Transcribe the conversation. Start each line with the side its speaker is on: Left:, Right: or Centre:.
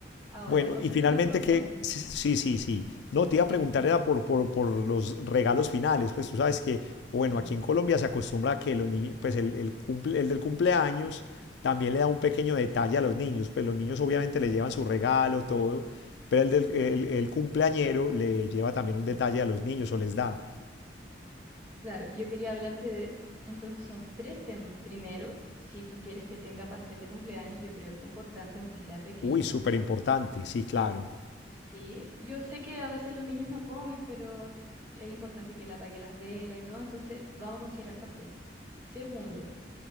Right: Ahora,
Left: Bueno,
Right: otro
Left: y finalmente
Right: tema importante.
Left: que, sí, sí, sí, sí. No, te iba a
Right: eh,
Left: preguntar
Right: sí,
Left: era por, por, por los regalos finales, pues tú sabes que, bueno,
Right: sí.
Left: aquí en Colombia se acostumbra a que los niños, pues el, el cumple- el del cumpleaños también le da un pequeño detalle a los niños, pues los niños obviamente le llevan su regalo, todo, pero el, del, el, el cumpleañero le lleva también
Right: ujú.
Left: un detalle a los niños o les da.
Right: Claro, yo quería hablarte de, entonces son tres temas. Primero, si tú quieres que tenga pastel de cumpleaños, yo creo que es importante, aunque sea pequeño.
Left: Uy, súper importante, sí, claro.
Right: Sí, yo sé que a veces los niños no comen, pero es importante que él apague las velas y todo, entonces vamos a considerar pastel. Segundo,